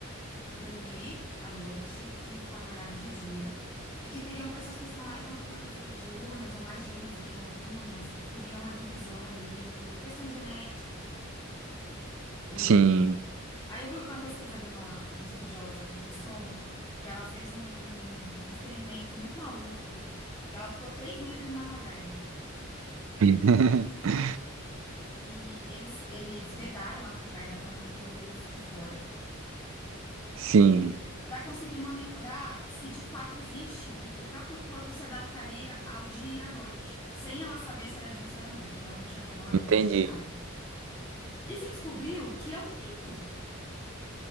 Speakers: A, on the left; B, on the right.
A: dormir à noite e ficar acordado de dia. E que teriam pessoas que são mais noturnas do que diurnas, ou mais diurnas do que noturnas, teria uma divisão ali por questão genética e tal. E
B: Sim,
A: aí eu vi uma pesquisa de uma, uma estudiosa de sono, que ela fez um, um, um experimento muito maluco, que ela ficou três meses dentro de uma caverna.
B: <laughs>
A: E eles, eles vedaram a caverna para não ter luz de fora.
B: sim,
A: para conseguir monitorar se de fato existe, o, o próprio corpo se adaptaria ao dia e à noite, sem ela saber se era dia ou se era noite. Ela não tinha relógio,
B: entendi.
A: ela não tinha nada. E se descobriu que é um mito,